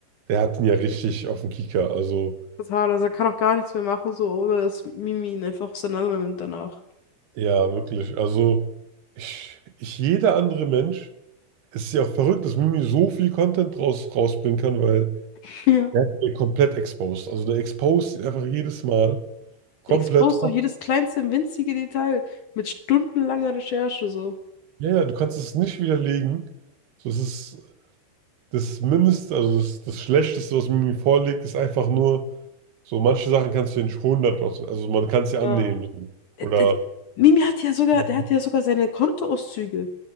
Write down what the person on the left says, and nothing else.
Total. Also er kann auch gar nichts mehr machen, so, ohne dass Mimi ihn einfach auseinander nimmt danach.
<laughs> Ja.
Der expost doch jedes kleinste, winzige Detail mit stundenlanger Recherche, so.
Ja.
Äh,
d- d- Mimi hat ja sogar,
der hat ja sogar seine Kontoauszüge.